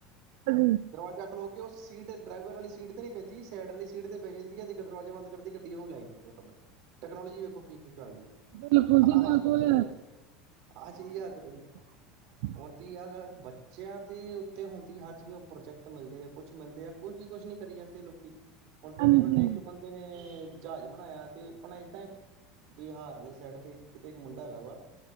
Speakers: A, on the right; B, on the right.
A: ਹ।
B: ਦਰਵਾਜ਼ਾ। ਖਲੋਗੇ। ਉਹ। ਸੀਟ। ਡਰਾਈਵਰ। ਵਾਲੀ। ਸੀਟ। ਤੇ। ਨਹੀਂ। ਪੈਂਦੀ। ਸਾਈਡ। ਵਾਲੀ। ਸੀਟ। ਤੇ। ਪੈ। ਜਾਂਦੀ। ਤੇ। ਦਰਵਾਜ਼ਾ। ਬੰ। ਕਰ। ਗੱਡੀ। ਉਹ। ਨੂੰ। ਲੈ। ਜਾਂਦੀ। ਆਟੋਮੈਟਿਕ। ਟਕਨੋਲੋਜੀ। ਵੇਖੋ। ਕੀ। ਕੁਛ। ਆ। ਗਈ। ਹੈ।
A: ਬਿਲਕੁਲ ਜੀ ਬਿਲਕੁਲ
B: ਆਥੱਲਦੇ। ਆਏ। ਆਹ। ਚੀਜ਼। ਆ। ਚਲ।
A: ਹਮ।
B: ਹੁਣ। ਤ। ਯ। ਬੱਚਿਆਂ। ਦੇ। ਉੱਤੇ। ਹੁਣ। ਤ। ਹਰ। ਚੀਜ਼। ਪ੍ਰੋਜੈਕਟ। ਮਿਲਦੇ। ਆ। ਕੁਛ। ਮਿਲਦੇ। ਆ। ਕੋਈ। ਕੀ। ਕੁਛ। ਨੀ। ਕਰੀ। ਜਾਂਦੇ। ਲੋਕੀ। ਹੁਣ। ਬੇਡੇ।
A: ਹਾਂਜੀ
B: ਵੱਡੇ। ਇੱਕ। ਬ। ਦੇ। ਨੇ। ਜਹਾਜ਼। ਬਣਾਇਆ। ਤੇ। ਆਪਣਾ। ਏਦਾਂ। ਬਿਹਾਰ। ਵਾਲੀ। ਸਾਈਡ। ਤੇ। ਕਿਤੇ। ਇੱਕ। ਮੁੰਡਾ। ਹੈਗਾ। ਵਾ।